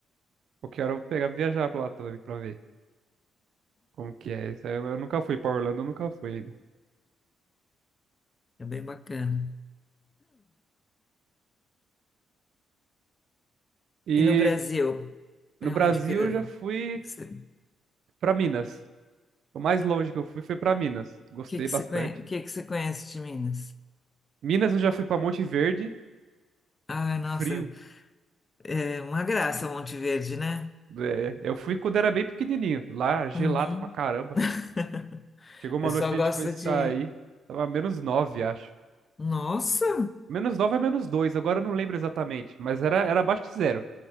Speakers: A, on the right (about 65°); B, on the left (about 25°).
A: Qualquer hora eu vou pegar e viajar pra lá também pra ver como que é. Isso aí eu, eu nunca fui pra Orlando, eu nunca fui ainda.
B: É bem bacana.
A: E
B: E no Brasil,
A: no
B: para
A: Brasil
B: onde que, que,
A: eu já fui
B: que você,
A: pra Minas. O mais longe que eu fui foi pra Minas. Gostei
B: que, que,
A: bastante.
B: você conhe- que que você conhece de Minas?
A: Minas eu já fui pra Monte Verde,
B: Ah, nossa,
A: frio.
B: é uma graça Monte Verde, né?
A: É, eu fui quando era bem pequenininho, lá gelado
B: Uhum.
A: pra caramba.
B: <laughs>
A: Chegou uma
B: O pessoal
A: noite, a
B: gosta
A: gente foi sair,
B: de.
A: tava menos 9 acho.
B: Nossa!
A: Menos 9 é menos 2, agora eu não lembro exatamente, mas era, era abaixo de zero.